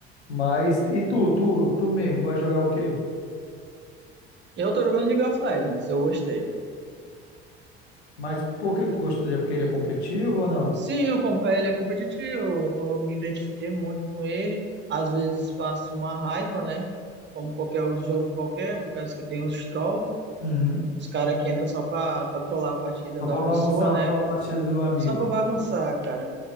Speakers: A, on the left (about 80°); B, on the right (about 35°).
A: Mas e tu, tu, tu mesmo, gosta de jogar o quê?
B: Eu tô jogando League of Legends, eu gostei.
A: Mas por que que tu gostaria? Porque ele é competitivo ou não?
B: Sim, eu com- ele é competitivo, eu eu me identifiquei muito com ele. Às vezes faço uma raiva, né? Como qualquer outro jogo qualquer, por causa que tem os troll,
A: Uhum.
B: os caras que entram só pra, pra trollar a partida
A: Só
B: da
A: pra
B: pessoa,
A: bagunçar
B: né?
A: a partida do amigo.
B: Só pra bagunçar, cara.